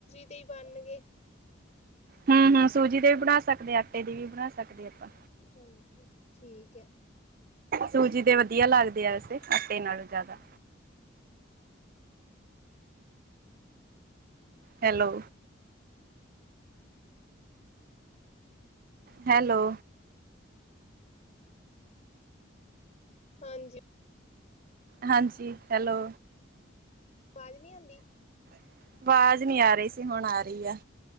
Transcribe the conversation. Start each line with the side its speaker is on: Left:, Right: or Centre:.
Left: ਟੀ ਬਣਨਗੇ।
Right: ਹਾ -ਹਾ ਸੂਜੀ ਦੇ ਵੀ ਬਣਾ ਸਕਦੇ ਹਾਂ। ਆਟੇ ਦੀ ਵੀ ਬਣਾ ਸਕਦੇ ਆਪਾਂ।
Left: ਹਾਂਜੀ ਠੀਕ ਹੈ।
Right: ਸੂਜੀ ਦੇ ਵਧੀਆ ਲੱਗਦੇ ਆ ਵੈਸੇ ਆਟੇ ਨਾਲੋਂ ਜ਼ਿਆਦਾ। ਹੈਲੋ ਹੈਲੋ
Left: ਹਾਂਜੀ
Right: ਹਾਂਜੀ ਹੈਲੋ।
Left: ਆਵਾਜ਼ ਨਹੀ ਆਉਂਦੀ?
Right: ਆਵਾਜ਼ ਨਹੀ ਆ ਰਹੀ ਸੀ। ਹੁਣ ਆ ਰਹੀ ਆ